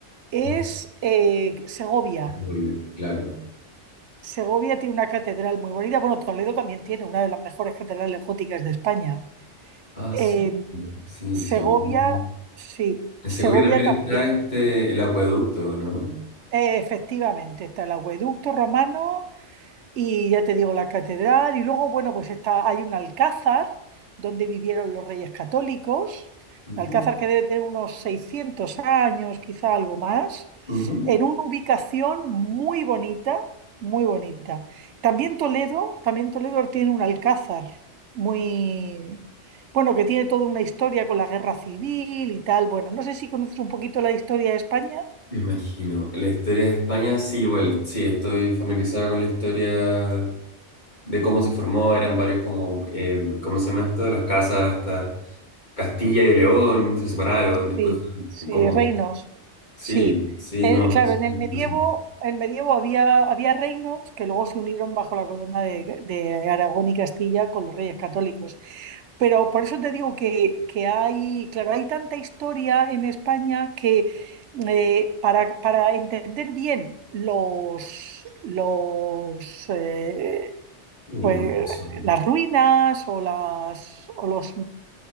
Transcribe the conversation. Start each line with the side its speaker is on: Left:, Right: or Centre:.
Right: es
Left: En
Right: eh, Segovia.
Left: Segovia, claro.
Right: Segovia tiene una catedral muy bonita. Bueno, Toledo también tiene una de las mejores catedrales góticas de España.
Left: Ah, sí.
Right: Eh,
Left: Sí,
Right: Segovia,
Left: Segovia.
Right: sí,
Left: En
Right: Segovia
Left: Segovia también
Right: también.
Left: está este, el acueducto, ¿no?
Right: Eh, efectivamente, está el acueducto romano y ya te digo, la catedral. Y luego, bueno, pues está, hay un alcázar donde vivieron los reyes católicos.
Left: Ujú,
Right: Un alcázar que debe tener unos 600 años, quizá algo más.
Left: ujú.
Right: En una ubicación muy bonita, muy bonita. También Toledo, también Toledo tiene un alcázar muy. Bueno, que tiene toda una historia con la guerra civil y tal. Bueno, no sé si conoces un poquito la historia de España.
Left: Me imagino. La historia de España, sí, bueno, sí, estoy familiarizado con la historia de cómo se formó, eran varios como, eh, ¿cómo se llama esto? Las casas, hasta Castilla y de León, se separaron, después
Right: Sí, sí,
Left: fue como,
Right: reinos.
Left: sí,
Right: Sí.
Left: sí,
Right: Eh,
Left: no,
Right: claro,
Left: es,
Right: en
Left: es-
Right: el medievo,
Left: es-
Right: el medievo había, había reinos que luego se unieron bajo la corona de, de Aragón y Castilla con los reyes católicos. Pero por eso te digo que, que hay, claro, hay tanta historia en España que eh, para, para entender bien los, los eh,
Left: sí,
Right: pues,
Left: eso.
Right: las ruinas o las o los